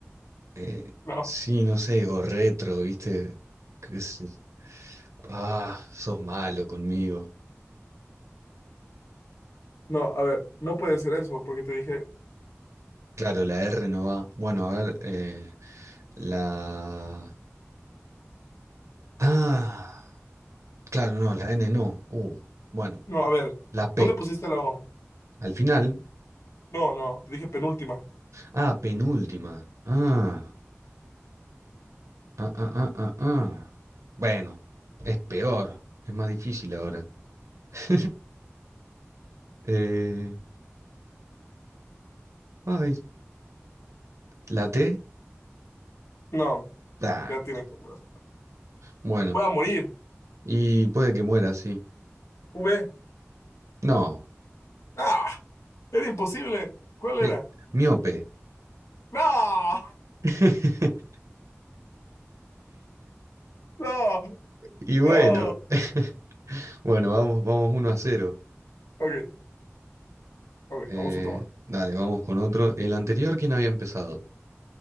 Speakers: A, on the right (about 85°); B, on the left (about 85°).
A: Eh,
B: No.
A: sí, no sé, o retro, ¿viste? Qué sé- Ah, sos malo conmigo.
B: No, a ver, no puede ser eso porque te dije...
A: Claro, la R no va. Bueno, a ver, eh, la. Ah, claro, no, la N no. Uh, bueno,
B: No, a ver,
A: la P.
B: ¿dónde pusiste la O?
A: Al final.
B: No, no, te dije penúltima.
A: Ah, penúltima. Ah. Ah, ah, ah, ah, ah. Bueno, es peor, es más difícil ahora. <laughs> Eh, ay, ¿la T?
B: No,
A: Ah,
B: ya tienes un brazo.
A: bueno,
B: Voy a morir.
A: y puede que muera, sí.
B: V.
A: No,
B: No, era imposible. ¿Cuál
A: eh,
B: era?
A: miope.
B: No,
A: <laughs>
B: no,
A: Y bueno,
B: no.
A: <laughs> bueno, vamos, vamos uno a cero.
B: Ok, ok,
A: Eh,
B: vamos a tomar.
A: dale, vamos con otro. El anterior, ¿quién había empezado?